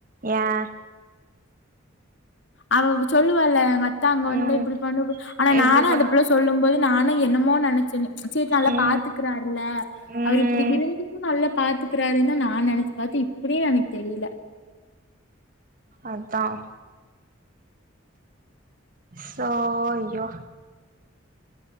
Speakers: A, on the right (about 45°); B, on the left (about 65°).
A: ஏன்
B: அவ சொல்லுவால இது மாரி அத்தா அங்க வந்து
A: ம்
B: இப்படி பண்ணுபோத் ஆனா
A: எப்டி
B: நானும்
A: பண்ண
B: அந்த புள்ள சொல்லும் போது நானு என்னமோ நெனச்சேன்னு சேர் நல்லா
A: ம்
B: பாத்துக்கிறார்ல
A: ம்
B: அவரு இப்டி இருந்துக்கும் நல்லப் பாத்துக்கிறாரு தான் நா நெனச்சி பாத்து இப்டியே எனக் தெரியில
A: அத்தான் சோ ஐயோ